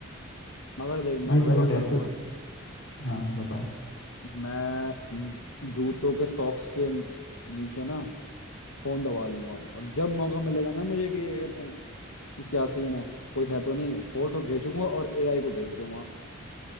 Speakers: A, on the left (about 85°); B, on the left (about 60°).
A: मगर देख मैं
B: भाई
A: पता
B: चलो
A: क्या करूंगा
B: टेस्ट तो हाँ बताओ
A: मैं जूतों के सॉक्स के नीचे ना फोन दबा लूंगा और जब मौका मिलेगा ना मुझे कि ये कहते हैं कि क्या सीन है कोई है तो नहीं फोटो भेजूंगा और एआई को भेज दूंगा